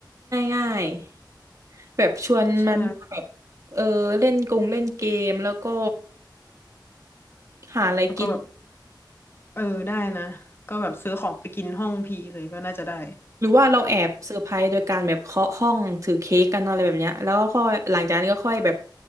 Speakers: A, on the right (about 45°); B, on the left (about 30°).
A: ง่ายๆแบบชวนมันแบบเออเล่นกงเล่นเกมแล้วก็
B: ใช่
A: หาอะไรกิน
B: แล้วก็แบบเออได้นะก็แบบซื้อของไปกินห้องพีเลยก็น่าจะได้
A: หรือว่าเราแอบเซอร์ไพรส์โดยการแบบเคาะห้องถือเค้กกันอะไรแบบเนี้ยแล้วก็ค่อยหลังจากนั้นก็ค่อยแบบ